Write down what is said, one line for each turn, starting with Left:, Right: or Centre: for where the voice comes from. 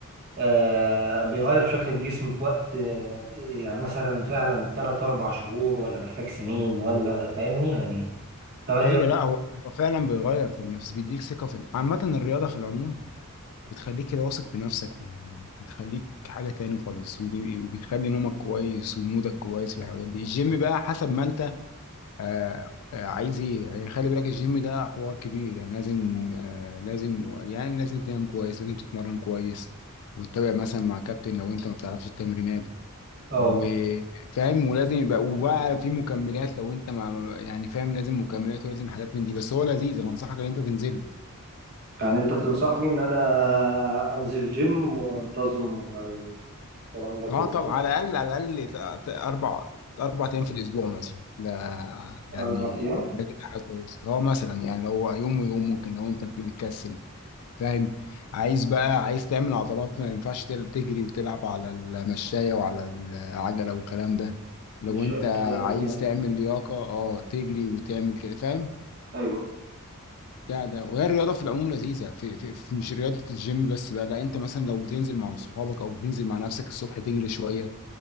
Right: آه، بيغير في شكل الجسم في وقت آه، يعني مثلا فعلا 3 4 شهور ولا محتاج سنين ولا فاهمني يعني ترى ايه
Left: ايوه
Right: رأيك؟
Left: لا هو هو فعلا بيغير في النفس بيديك ثقه في عامه الرياضه في العموم بتخليك كده واثق في نفسك بتخليك حاجه تاني خالص وبي- وبتخلي نومك كويس ومودك كويس في الحاجات دي الجيم بقى حسب ما انت آه، آه، عايز ايه يعني خلي بالك الجيم ده حوار كبير يعني لازم آه، لازم يعني لازم تنام كويس لازم تتمرن كويس وتتابع مثلا مع كابتن لو انت ما بتعرفش التمرينات
Right: اه
Left: وفاهم ولازم يبقى وبقى في مكملات لو انت مع يعني فاهم لازم مكملات ولازم حاجات من دي بس هو لذيذ انا انصحك ان انت تنزله
Right: يعني انت تنصحني ان انا انزل جيم وانتظم الكلام ده كله
Left: اه طبعا
Right: صح؟
Left: على الاقل على الاقل ت- ت- اربع اربع ايام في الاسبوع مثلا ده يعني
Right: اربع ايام
Left: ده كده حاجه كويسه هو مثلا يعني لو هو يوم ويوم ممكن لو انت بتكسل فاهم عايز بقى عايز تعمل عضلات ما ينفعش تل- تجري وتلعب على المشايه وعلى العجله والكلام ده لو
Right: ان شاء
Left: انت
Right: الله
Left: عايز تعمل لياقه اه تجري وتعمل كده فاهم
Right: ايوه
Left: ده ده وهي الرياضه في العموم لذيذه في, في, في مش رياضه الجيم بس بقى لا انت مثلا لو بتنزل مع صحابك او بتنزل مع نفسك الصبح تجري شويه